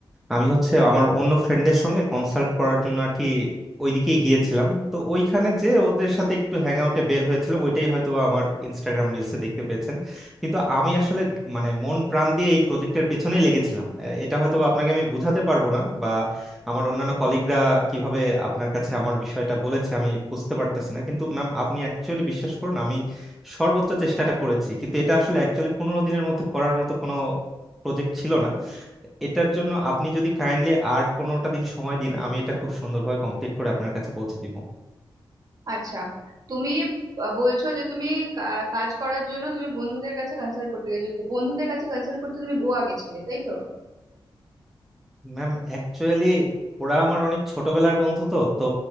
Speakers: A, in the centre; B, on the right (about 45°).
A: আমি হচ্ছে আমার অন্য ফ্রেন্ডদের সঙ্গে কনসাল্ট করার জন্য আর কি ওইদিকেই গিয়েছিলাম তো ওইখানে যে ওদের সাথে একটু হ্যাং আউটে বের হয়েছিলাম ওইটাই হয়তো বা আমার ইনস্টাগ্রাম রিলসে দেখতে পেয়েছেন কিন্তু আমি আসলে মানে মন প্রাণ দিয়ে এই প্রজেক্টের পেছনেই লেগেছিলাম আহ, এটা হয়তো বা আপনাকে আমি বোঝাতে পারবো না বা আমার অন্যান্য কলিগরা কিভাবে আপনার কাছে আমার বিষয়টা বলেছে আমি বুঝতে পারতেছি না কিন্তু ম্যাম আপনি অ্যাকচুয়ালি বিশ্বাস করুন আমি সর্বোচ্চ চেষ্টাটা করেছি কিন্তু এটা আসলে অ্যাকচুয়ালি পনেরো দিনের মধ্যে করার মতো কোনো প্রজেক্ট ছিল না এটার জন্য আপনি যদি কাইন্ডলি আর পনেরোটা দিন সময় দিন আমি এটা খুব সুন্দরভাবে কমপ্লিট করে আপনার কাছে পৌঁছে দিব
B: আচ্ছা তুমি আহ, বলছো যে তুমি কা- কাজ করার জন্য তুমি বন্ধুদের কাছে কনসাল্ট করতে গেছো বন্ধুদের কাছে কনসাল্ট করতে তুমি গোয়া গেছিলে তাই তো
A: ম্যাম অ্যাকচুয়ালি ওরা আমার অনেক ছোটবেলার বন্ধু তো তো